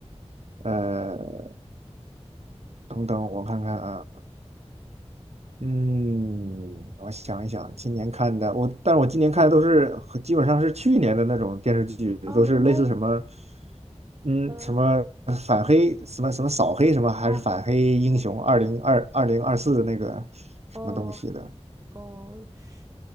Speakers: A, on the right (about 70°); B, on the right (about 30°).
A: 呃，等等，我看看啊，嗯，我想一想，今年看的我，但是我今年看的都是和基本上是去年的那种电视剧，
B: 啊，
A: 都是类似什么，
B: 没关系。
A: 嗯，
B: 嗯
A: 什么反黑，什么什么扫黑，什么还是反黑英雄二零二二零二四的那个什么东西的。
B: 啊，OK。哦。哦，是，